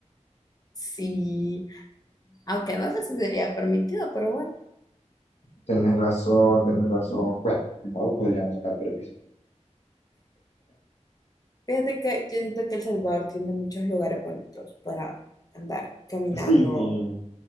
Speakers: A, on the left (about 30°); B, on the left (about 60°).
A: Sí, aunque no sé si sería permitido, pero bueno.
B: Tienes razón, tienes razón. Bueno, De modo, podríamos sacar permisos.
A: Fíjate que yo siento que El Salvador tiene muchos lugares bonitos para andar caminando
B: sí,